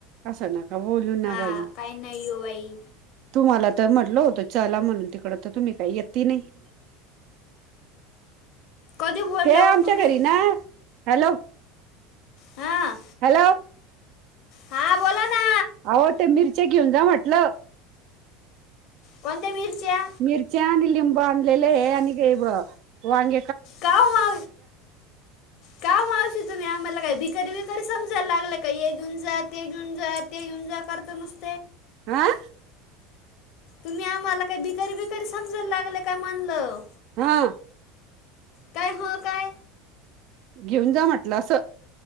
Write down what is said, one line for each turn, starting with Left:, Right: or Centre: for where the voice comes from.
Right: असं ना. बोलू
Left: हा
Right: बाई
Left: काही नाही हो बाई.
Right: तुम्हाला तर म्हटलं होतं चला म्हणून तिकड तर तुम्ही काही येती नाही.
Left: कधी बोलले
Right: ते आमच्या
Left: हो तुम्ही
Right: घरी ना हॅलो
Left: हा
Right: हॅलो.
Left: हा बोला ना
Right: अहो ते मिरचे घेऊन जा म्हटलं.
Left: कोणत्या मिरच्या?
Right: मिरची आणि लिंब आणलेले आणि का ब वांग
Left: का हो
Right: <unintelligible>
Left: का हो तुम्ही आम्हाला काही भिकारी विकारी समजायला लागल का हे घेऊन जाय ते घेऊन जा ते घेऊन जा करत नुसत.
Right: आं?
Left: तुम्ही आम्हाला काही भिकारी बिकारी समजायला लागले काय म्हणल.
Right: हा.
Left: काय हो काय?
Right: घेऊन जा म्हटलं असं.